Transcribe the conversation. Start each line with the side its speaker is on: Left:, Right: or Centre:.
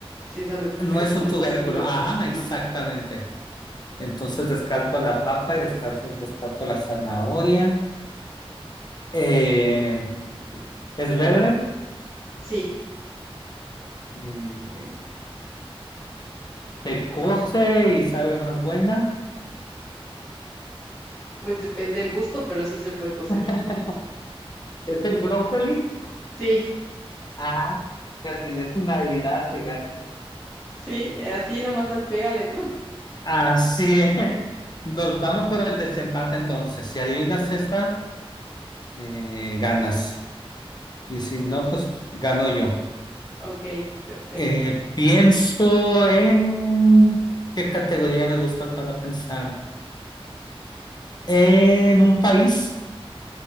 Centre: Si es a lo que te
Left: no
Centre: refieres,
Left: es
Centre: no,
Left: un tubérculo.
Centre: no es un tubérculo.
Left: Ajá,
Centre: No.
Left: exactamente. Entonces descarto la papa y descarto, descarto la zanahoria. Eh, es verde.
Centre: Sí.
Left: Eh, se cose y sabe más buena.
Centre: Pues depende del gusto, pero sí se puede cocer.
Left: <laughs> Es el brócoli.
Centre: Sí.
Left: Ah, la tienes sin adivinar, fíjate.
Centre: Sí. Así nada más al pégale, ¿no?
Left: Así es. Nos vamos por el desempate entonces. Si adivinas esta, eh, ganas. Y si
Centre: Ok.
Left: no, pues gano yo.
Centre: Ok. Perfecto.
Left: Eh, pienso en... ¿Qué categoría me gusta para pensar? ¿En un país?